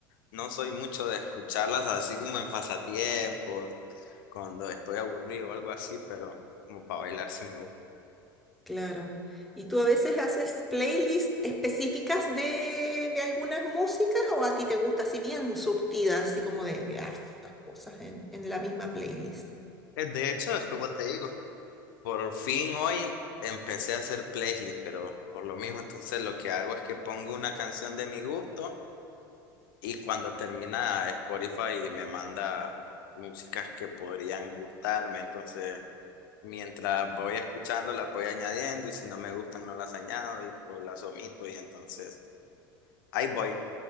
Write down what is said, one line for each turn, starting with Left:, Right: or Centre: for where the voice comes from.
Left: No soy mucho de escucharlas así como en pasatiempos, cuando estoy aburrido o algo así, pero como para bailar sí me gusta.
Centre: claro. ¿Y tú a veces haces playlists específicas de, de algunas músicas o a ti te gusta así bien surtida, así como de, de hartas cosas en, en la misma playlist?
Left: Eh, De hecho, es como te digo, por fin hoy empecé a hacer playlist, pero por lo mismo, entonces lo que hago es que pongo una canción de mi gusto y cuando termina Spotify me manda músicas que podrían gustarme, entonces mientras voy escuchando las voy añadiendo y si no me gustan no las añado y- o las omito y entonces ahí voy.